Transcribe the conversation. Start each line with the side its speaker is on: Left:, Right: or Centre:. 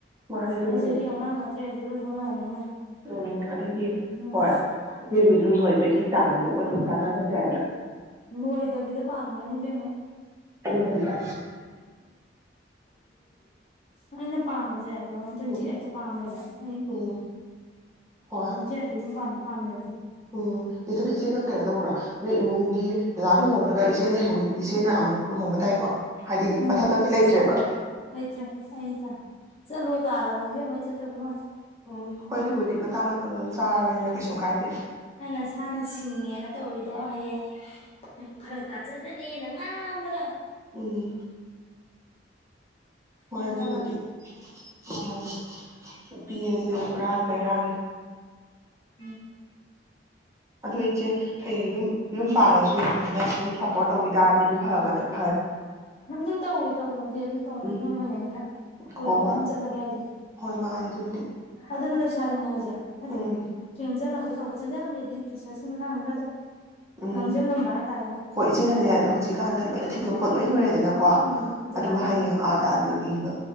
Right: ꯃꯥꯅꯦ ꯑꯗꯨꯕꯨꯗꯤ
Left: ꯑꯩ ꯆꯍꯤ ꯑꯉꯥꯡ ꯅꯠꯇ꯭ꯔꯦꯗꯤ ꯂꯣꯏ ꯈꯪꯅꯔꯕꯅꯤꯅ
Right: ꯎꯝ ꯑꯗꯒꯤ
Left: ꯎꯝ
Right: ꯍꯣꯏ ꯏꯆꯦꯒꯤꯁꯨ ꯂꯣꯏꯕꯒꯤ ꯇꯥꯟꯗꯨꯒ ꯑꯗꯨꯝ ꯀꯥꯟꯅꯕꯁꯨ ꯌꯥ ꯍꯥꯏꯏꯗ
Left: ꯂꯒꯣꯣꯏꯗꯕꯤꯗ ꯄꯒꯅꯤ ꯐ
Right: ꯀꯕꯤꯗ
Left: ꯑꯩꯅ ꯄꯥꯝꯕꯁꯦꯠꯇꯇ
Right: ꯎꯝ
Left: ꯆꯤ ꯍꯛꯇ ꯄꯥꯝꯃꯦꯕ ꯑꯩ
Right: ꯎꯝ ꯍꯣꯏ
Left: ꯖꯤꯇꯝ ꯄꯥꯟꯗ ꯄꯥꯃꯦꯕ
Right: ꯎꯝ ꯏꯆꯗ ꯏꯆꯦ ꯅꯪ ꯀꯩꯅꯣ ꯇꯧꯕ꯭ꯔꯣ ꯅꯣꯏ ꯏꯃꯨꯡꯗꯤ ꯗꯖꯥ ꯂꯨꯍꯣꯡꯈ꯭ꯔꯒ ꯏꯆꯦꯍꯤ ꯏꯆꯦꯅ ꯑꯃꯨꯛ ꯂꯨꯍꯣꯡꯕ ꯇꯥꯏꯀꯣ ꯍꯥꯏꯗꯤ
Left: ꯎꯝ
Right: ꯃꯊꯛꯇ ꯑꯝꯇ ꯂꯩꯇ꯭ꯔꯦꯕ
Left: ꯍ ꯂꯩꯇ꯭ꯔꯦ ꯑꯩ ꯆꯠꯂꯣ ꯇꯥꯜꯂꯕꯅꯦ ꯦꯝꯃ ꯑꯩ ꯆꯠꯇꯕꯤꯩ ꯋꯥꯅꯤ
Right: ꯎꯝ ꯍꯣꯏ ꯑꯗꯨꯕꯨꯗꯤ ꯃꯇꯥꯡ ꯃꯇꯝ ꯑꯗꯨꯝ ꯆꯥꯔꯕꯅꯤꯅ ꯀꯩꯁꯨ ꯀꯥꯏꯗꯦ
Left: ꯑꯅ ꯁꯅ ꯁꯤꯅꯤꯅ ꯇꯧꯔꯤꯗ ꯍꯌꯦꯡ ꯐꯔꯛ ꯇꯥꯖꯗꯅꯤꯌꯦꯅ ꯉꯥꯡꯕꯗ
Right: ꯎꯝ ꯍꯣꯏ
Left: ꯈꯪꯉꯕ
Right: ꯑꯗꯨꯕꯨꯗꯤ ꯃꯥꯅꯤ ꯅꯨꯄꯤ ꯑꯁꯦ ꯄꯨꯔꯥ ꯕꯦꯔꯥꯅꯤ
Left: ꯑ
Right: ꯑꯗꯨ ꯏꯆꯦ ꯍ ꯌꯨꯝ ꯌꯨꯝ ꯄꯥꯜꯂꯁꯨ ꯐꯖꯅ ꯑꯗꯨꯝ ꯁꯞꯄꯣꯔꯠ ꯇꯧꯕꯤ ꯇꯥꯔꯗꯤ ꯑꯗꯨꯝ ꯐꯒꯗꯕ
Left: ꯑꯗꯨꯝ ꯇꯧꯋꯦ ꯇꯧꯕꯕꯨꯗꯤ ꯑꯗꯨꯝ ꯇꯧꯅꯤ
Right: ꯎꯝ
Left: ꯈꯪꯕꯅꯦ ꯑꯩꯅ ꯀꯣꯏꯗꯉꯥꯏ
Right: ꯍꯣꯏ ꯍꯣꯏ
Left: ꯑꯃ ꯆꯠꯂꯒꯦ ꯍꯥꯏꯁꯦ
Right: ꯍꯣꯏ ꯃꯥꯅꯦ ꯑꯗꯨꯕꯨꯗꯤ
Left: ꯑꯗꯨꯅ ꯁꯔꯤ ꯉꯥꯏꯖ
Right: ꯎꯝ
Left: ꯆꯦꯟꯁꯤꯜꯂꯝꯒꯦ ꯇꯧꯕ ꯆꯦꯟꯖꯜꯂꯝꯒꯦꯗꯤ ꯔꯤꯁꯔꯁꯀꯤ ꯃꯇꯥꯡꯗ ꯈꯔꯗ
Right: ꯎꯝ
Left: ꯌꯥꯡꯁꯤꯜꯂꯝꯕ ꯍꯥꯏꯇꯥꯔꯦꯅꯦ
Right: ꯍꯣꯏ ꯏꯆꯦꯟꯅꯅꯏ ꯍꯧꯖꯤꯛꯀꯥꯟꯗ ꯂꯣꯏꯅ ꯊꯤꯗꯣꯛꯄ ꯂꯣꯏ ꯂꯣꯏꯔꯦꯗꯅ ꯀꯣ
Left: ꯎꯝ ꯑꯗꯨꯃꯥꯏꯅ
Right: ꯑꯗꯨꯒ ꯍꯌꯦꯡ
Left: ꯎꯝ
Right: ꯑꯥꯗ ꯑꯗꯨꯣ ꯏꯕ